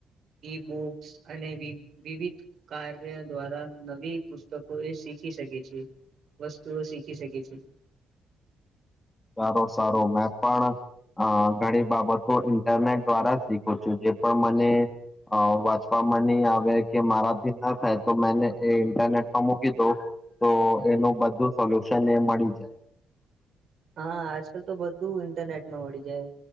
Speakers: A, on the right; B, on the left.
A: ઈ બુક્સ અને વિવ વિવિધ કાર્ય દ્વારા નવી પુસ્તકો એ શીખી શકે છે. છે, વસ્તુઓ શીખી શકે છે.
B: સારો સારો, મેં પણ અ ઘણી બાબતો ઈન્ટરનેટ દ્વારા શીખું છું. જે પણ મને વાંચવામાં નહીં આવે, કે મારાથી ના થાય, તો મેને એ ઇન્ટરનેટમાં મૂકી દઉં, તો એનું બધું સોલ્યુશન એ મળી જાય.
A: હા, આજકાલ તો બધું ઇન્ટરનેટમાં મળી જાય.